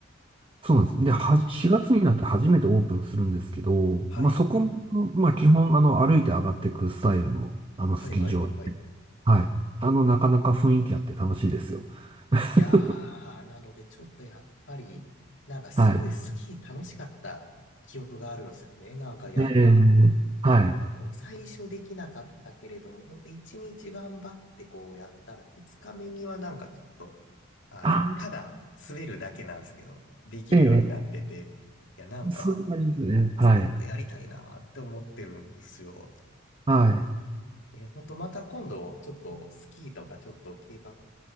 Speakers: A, on the right (about 25°); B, on the left (about 65°).
A: そうなんです。で、はじ、4月になって初めてオープンするんですけど、
B: はい。
A: まあ、そこも、まあ、基本、あの、歩いて上がっていくスタイルの、あの、
B: はいはいはいはい。
A: スキー場で。はい。あの、なかなか雰囲気あって楽しいですよ。<laughs>
B: いやー、なのでちょっとやっぱり、なんかすごいスキー楽しかった記憶があるんですよね。
A: はい。
B: なんかやっぱ、
A: えーはい。
B: やっぱこう、最初できなかったけれども、本当一日頑張ってこうやったら、二日目にはなんかちょっと、あの、
A: あ、
B: ただ滑るだけなんですけど、できるようになってて、
A: ええ、
B: いや、なんか、
A: そういう感じですね。
B: ずーっとやりたいなーって思ってるんですよ。
A: はい。はい。
B: えー、本当また今度、ちょっとスキーとかちょっと計画